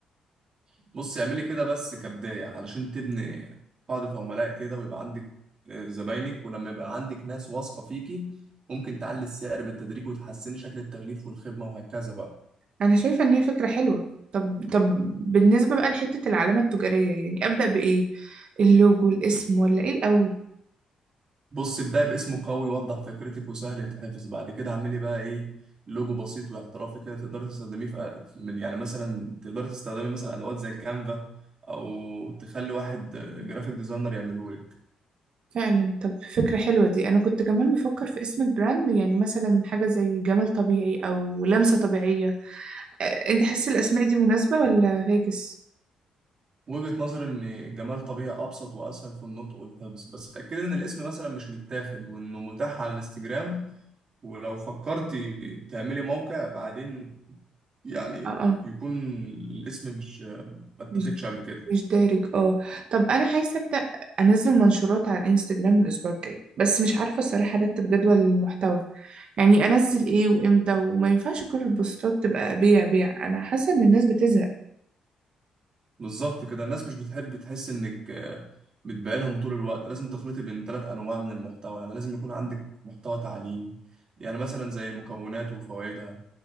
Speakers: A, on the right; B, on the right.
A: بص اعملي كده بس كبداية علشان تبني قاعدة عملاء كده ويبقى عندك آه، زباينك ولما يبقى عندك ناس واثقة فيكي ممكن تعلي السعر بالتدريج وتحسني شكل التغليف والخدمة وهكذا بقى
B: أنا شايفة إن هي فكرة حلوة طب طب بالنسبة بقى لحتة العلامة التجارية يعني أبدأ بإيه اللوجو الاسم ولا إيه الأول
A: بص ابدأ باسم قوي وضح فكرتك وسهل يتحفظ بعد كده اعملي بقى ايه لوجو بسيط واحترافي كده تقدر تستخدميه في من يعني مثلا تقدر تستخدمي مثلا ادوات زي كانفا او تخلي واحد جرافيك ديزاينر يعمله لك
B: فعلا طب فكرة حلوة دي أنا كنت كمان بفكر في اسم البراند يعني مثلا حاجة زي جمال طبيعي أو لمسة طبيعية أ- أنت حاسس الأسماء دي مناسبة ولا فاكس؟
A: وجهة نظر ان جمال طبيعي ابسط واسهل في النطق والحفظ بس اتاكدي ان الاسم مثلا مش متاخد وانه متاح على الانستجرام ولو فكرتي تعملي موقع بعدين يعني
B: اه آه.
A: يكون الاسم مش ما اتاخدش
B: مش
A: قبل كده
B: مش دارج اه طب انا عايزه ابدا انزل منشورات على الانستجرام الاسبوع الجاي بس مش عارفه الصراحه ارتب جدول المحتوى يعني انزل ايه وامتى وما ينفعش كل البوستات تبقى بيع بيع انا حاسه ان الناس بتزهق
A: بالظبط كده الناس مش بتحب تحس انك آه، بتبيعلهم طول الوقت لازم تخلطي بين ثلاث انواع من المحتوى يعني لازم يكون عندك محتوى تعليمي يعني مثلا زي المكونات وفوائدها